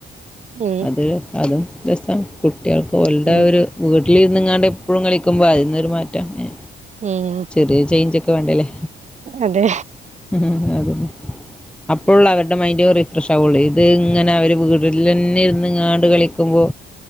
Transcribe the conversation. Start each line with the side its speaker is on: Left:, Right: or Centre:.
Right: ഉം
Centre: അത് അതും രസ്സാണ് കുട്ടിയാൾക്ക് ഓൽടാ
Right: ഉം
Centre: ഒര് വീട്ടിലിരുന്ന്ങ്ങാണ്ട് എപ്പളും കളിക്കുമ്പോ അയിന്ന് ഒര് മാറ്റാണെ
Right: ഉം
Centre: ചെറീയേ ചേയ്ഞ്ചാേക്കെ വാണ്ട ലെ
Right: അതെ
Centre: ഉം അതെ അപ്പോള്ളൂ അവര്ടെ മൈൻഡ് റിഫ്രഷ് ആവോള്ളൂ ഇത് ഇങ്ങനെ അവര് വീ വീട്ടിലന്നെ ഇരുന്ന്ങ്ങാണ്ട് കളിക്കുമ്പോ